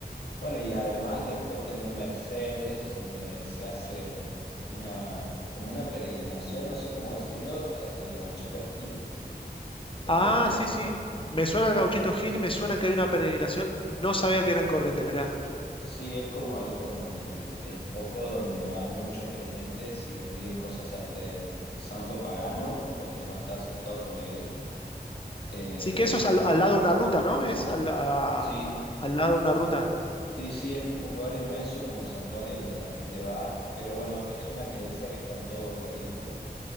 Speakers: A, on the left (about 75°); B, on the left (about 30°).
A: Bueno, y además después tenés Mercedes, donde se hace una, como una peregrinación, no sé cómo decirlo, eh, del Gauchito Gil. Eh,
B: Ah, sí, sí. Me suena el Gauchito Gil, me suena que hay una peregrinación. No sabía que eran corrientes, mirá.
A: sí, es como ahí como el, el foco donde van muchos creyentes y le piden cosas a este santo pagano, porque no está aceptado por la iglesia. Eh,
B: Sí que eso es al, al lado de una ruta, ¿no? Es al, a-
A: sí,
B: al lado de una ruta,
A: sí, sí, es un lugar inmenso como santuario donde la gente va, pero bueno, es una creencia que está en todo Corrientes.